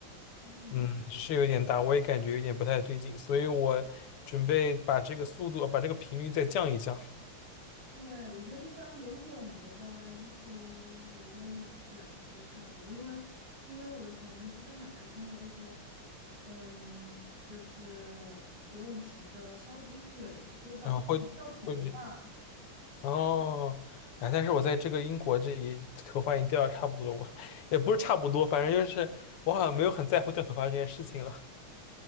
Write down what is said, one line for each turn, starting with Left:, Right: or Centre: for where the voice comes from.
Right: 嗯，
Left: 嗯，是有点大，我也感觉有点不太对劲，所以我准备把这个速度，把这个频率再降一降，
Right: 对，我觉得一般游泳的话，一周游个两两次就差不多，因为因为我好像是在哪里看到的说，嗯，就是游泳池的消毒水会导致掉头发，
Left: 然后会会哦，哎，但是我在这个英国这里头发已经掉的差不多了，我 <laughs> 也不是差不多，反正就是我好像没有很在乎掉头发这件事情了。